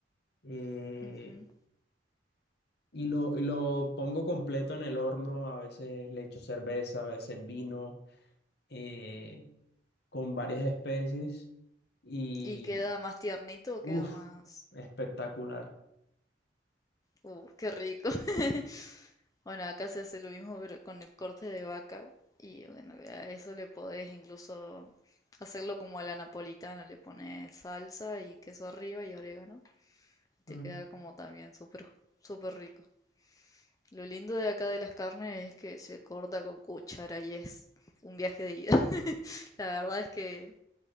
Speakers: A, on the left (about 60°); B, on the left (about 20°).
A: Eh,
B: Ujú.
A: y lo, y lo pongo completo en el horno, a veces le echo cerveza, a veces vino, eh, con varias especies. Y
B: ¿Y queda más tiernito o
A: uff,
B: queda más...
A: espectacular.
B: Uh, qué rico. <laughs> Bueno, acá se hace lo mismo pero con el corte de vaca y bueno, a eso le podés incluso hacerlo como a la napolitana, le pones salsa y queso arriba y orégano y te
A: Mm.
B: queda como también súper súper rico. Lo lindo de acá de las carnes es que se corta con cuchara y es un viaje de ida. <laughs> La verdad es que